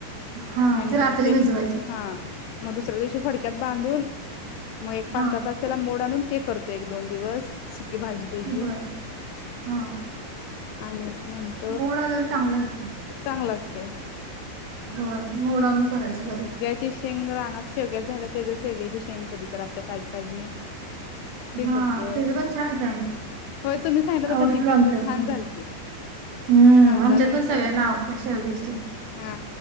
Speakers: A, on the right (about 60°); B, on the left (about 80°).
A: हा
B: आणि
A: रात्री
B: ते
A: भिजवायचं
B: हा. मग दुसऱ्या दिवशी फडक्यात बांधून मग एक पाच
A: हा
B: सहा तज त्याला मोड आणून ते करतो एक दोन दिवस. सुकी भाजी त्याची
A: बरं हा.
B: आणि नंत
A: मोड आलेलं चांगलं असत.
B: चांगलं असतेय.
A: हो मोडा आणून करायचं बर.
B: ज शेंग रानात शेवग्यात झाल्या ते ज शेवग्याची शेंग कधीतर असते ताजी ताजी. ते
A: हा
B: करतोय
A: त्याच पण छान होत
B: होय तुम्ही सांगितलं.
A: आवडत
B: ते केलतं
A: आमच्यात
B: छान
A: पण
B: झाल
A: हम्म
B: कांदा
A: आमच्यात
B: घा
A: पण सगळ्यांना आवडत शेवग्याची
B: हा